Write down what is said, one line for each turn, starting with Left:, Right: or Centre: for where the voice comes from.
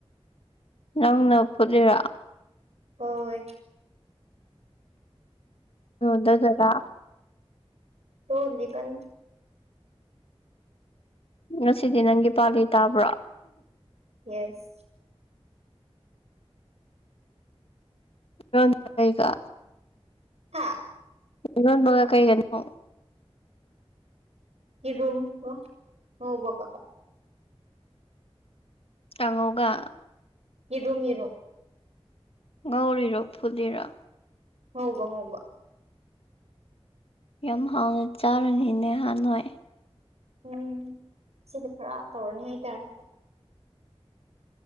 Left: ꯅꯪꯅ ꯐꯨꯠꯂꯤꯔꯥ
Right: ꯍꯣꯏ
Left: ꯌꯣꯟꯗ ꯗꯗꯥ
Right: ꯇꯣꯠꯂꯤ ꯀꯟꯅ
Left: ꯉꯁꯤꯗꯤ ꯅꯪꯒꯤ ꯄꯥꯂꯤ ꯇꯥꯕ꯭ꯔꯣ
Right: ꯌꯦꯁ
Left: ꯏꯔꯣꯟ ꯀꯩꯒ
Right: ꯍꯥꯥ
Left: ꯏꯔꯣꯟꯕꯒ ꯀꯩꯒꯅꯣ
Right: ꯌꯦꯔꯨꯝꯒ ꯉꯧꯕꯒ
Left: ꯀꯥꯡꯒꯧꯒ
Right: ꯌꯦꯔꯨꯝ ꯌꯦꯔꯨꯝ
Left: ꯉꯧꯔꯤꯔꯣ ꯐꯨꯠꯂꯤꯔꯣ
Right: ꯉꯧꯕ ꯉꯧꯕ
Left: ꯌꯥꯝ ꯍꯥꯎꯅ ꯆꯥꯔꯅꯤꯅꯦ ꯍꯥ ꯅꯣꯏ
Right: ꯎꯝ ꯁꯤꯗꯤ ꯈꯔ ꯇꯧꯔꯅꯤ ꯍꯥꯏꯇꯥꯔꯦ